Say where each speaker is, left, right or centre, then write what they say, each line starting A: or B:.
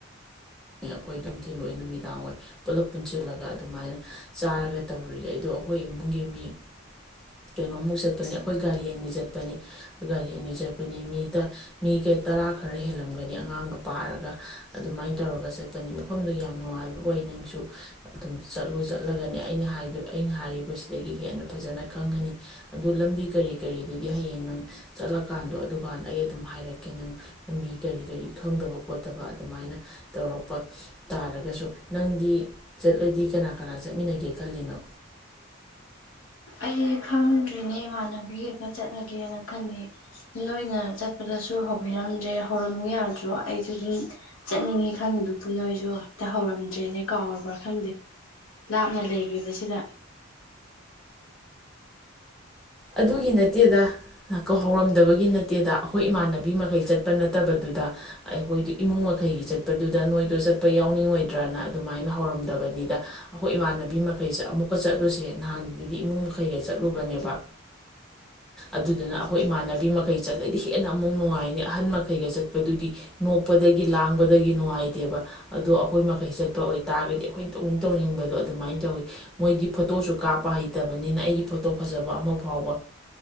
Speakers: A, in the centre; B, on the left.
A: ꯉ ꯑꯩꯈꯣꯏ ꯅꯨꯡꯊꯤꯜ ꯑꯣꯏ ꯅꯨꯃꯤꯗꯥꯡ ꯑꯣꯏ ꯄꯨꯂꯞ ꯄꯨꯟꯁꯤꯜꯂꯒ ꯑꯗꯨꯃꯥꯏꯅ ꯆꯥꯔꯒ ꯇꯧꯔꯔꯦ ꯑꯗꯣ ꯑꯩꯈꯣꯏ ꯏꯃꯨꯡꯒꯤ ꯃꯤ ꯀꯩꯅꯣꯃꯨꯛ ꯆꯠꯄꯅꯤ ꯑꯩꯈꯣꯏ ꯒꯥꯔꯤ ꯑꯅꯤ ꯆꯠꯄꯅꯦ ꯒꯥꯔꯤ ꯑꯅꯤ ꯆꯠꯄꯅꯤ ꯃꯤꯗ ꯃꯤꯒ ꯇꯔꯥ ꯈꯔ ꯍꯦꯜꯂꯝꯒꯅꯤ ꯑꯉꯥꯡꯒ ꯄꯥꯔꯒ ꯑꯗꯨꯃꯥꯏꯅ ꯇꯧꯔꯒ ꯆꯠꯄꯅꯤ ꯃꯐꯝꯗꯨ ꯌꯥꯝ ꯅꯨꯡꯉꯥꯏꯕ ꯑꯣꯏ ꯅꯪꯁꯨ ꯑꯗꯨꯝ ꯆꯠꯂꯨ ꯆꯠꯂꯒꯅꯦ ꯑꯩꯅ ꯑꯩꯅ ꯍꯥꯏꯔꯤꯕꯁꯤꯗꯒꯤ ꯍꯦꯟꯅ ꯐꯖꯅ ꯈꯪꯉꯅꯤ ꯑꯗꯨ ꯂꯝꯕꯤ ꯀꯔꯤ ꯀꯔꯤꯗꯨꯗꯤ ꯍꯌꯦꯡ ꯅꯪ ꯆꯠꯂꯀꯥꯟꯗꯣ ꯑꯗꯨꯀꯥꯟꯗ ꯑꯩ ꯑꯗꯨꯝ ꯍꯥꯏꯔꯛꯀꯦ ꯅꯪ ꯂꯝꯕꯤ ꯀꯔꯤ ꯀꯔꯤ ꯈꯪꯗꯕ ꯈꯣꯠꯇꯕ ꯑꯗꯨꯃꯥꯏꯅ ꯇꯧꯔꯛꯄ ꯇꯥꯔꯒꯁꯨ ꯅꯪꯗꯤ ꯆꯠꯂꯗꯤ ꯀꯅꯥ ꯀꯅꯥ ꯆꯠꯃꯤꯟꯅꯒꯦ ꯈꯜꯂꯤꯅꯣ
B: ꯑꯩ ꯈꯪꯗ꯭ꯔꯤꯅꯦ ꯏꯃꯥꯟꯅꯕꯤ ꯀꯩꯀꯥ ꯆꯠꯂꯒꯦꯅ ꯈꯜꯂꯤꯦ ꯅꯣꯏꯅ ꯆꯠꯄꯗꯁꯨ ꯍꯧꯕꯤꯔꯝꯗ꯭ꯔꯦ ꯍꯧꯔꯝꯃꯨ ꯌꯥꯗ꯭ꯔꯣ ꯑꯩꯁꯨ ꯑꯗꯨꯝ ꯆꯠꯅꯤꯡꯉꯤ ꯈꯪꯉꯤꯗꯨꯕꯨ ꯅꯣꯏꯁꯨ ꯍꯝꯛꯇ ꯍꯧꯔꯝꯗ꯭ꯔꯦꯅꯦ ꯀꯥꯎꯔꯕ꯭ꯔꯥ ꯈꯪꯗꯦ ꯂꯥꯞꯅ ꯂꯩꯈꯤꯕꯁꯤꯗ
A: ꯑꯗꯨꯒꯤ ꯅꯠꯇꯦꯗ ꯍꯧꯔꯝꯗꯕꯒꯤ ꯅꯠꯇꯦꯗ ꯑꯩꯈꯣꯏ ꯏꯃꯥꯟꯅꯕꯤ ꯃꯈꯩ ꯆꯠꯄ ꯅꯠꯇꯕꯗꯨꯗ ꯑꯩꯈꯣꯏꯗ ꯏꯃꯨꯡ ꯃꯈꯩꯒꯤ ꯆꯠꯄꯗꯨꯗ ꯅꯣꯏꯗꯣ ꯆꯠꯄ ꯌꯥꯎꯅꯤꯡꯉꯣꯏꯗ꯭ꯔꯅ ꯑꯗꯨꯃꯥꯏꯅ ꯍꯧꯔꯝꯗꯕꯅꯤꯗ ꯑꯩꯈꯣꯏ ꯏꯃꯥꯟꯅꯕꯤ ꯃꯈꯩ ꯑꯃꯨꯛꯀ ꯆꯠꯂꯨꯁꯦ ꯅꯍꯥꯟꯗꯨꯗꯤ ꯏꯃꯨꯡ ꯃꯈꯩꯒ ꯆꯠꯂꯨꯕꯅꯦꯕ ꯑꯗꯨꯗꯨꯅ ꯑꯩꯈꯣꯏ ꯏꯃꯥꯟꯅꯕꯤ ꯃꯈꯩ ꯆꯠꯂꯗꯤ ꯍꯦꯟꯅ ꯑꯃꯨꯛ ꯅꯨꯡꯉꯥꯏꯅꯤ ꯑꯍꯟ ꯃꯈꯩꯒ ꯆꯠꯄꯗꯨꯗꯤ ꯅꯣꯛꯄꯗꯒꯤ ꯂꯥꯡꯕꯗꯒꯤ ꯅꯨꯡꯉꯥꯏꯇꯦꯕ ꯑꯗꯣ ꯑꯩꯈꯣꯏ ꯃꯈꯩ ꯆꯠꯄ ꯑꯣꯏꯇꯥꯥꯔꯒꯗꯤ ꯑꯩꯈꯣꯏ ꯇꯧꯅꯤꯡ ꯇꯧꯅꯤꯡꯕꯗꯣ ꯑꯗꯨꯃꯥꯏꯅ ꯇꯧꯋꯤ ꯃꯣꯏꯒꯤ ꯐꯣꯇꯣꯁꯨ ꯀꯥꯞꯄ ꯍꯩꯇꯕꯅꯤꯅ ꯑꯩꯒꯤ ꯐꯣꯇꯣ ꯐꯖꯕ ꯑꯃ ꯐꯥꯎꯕ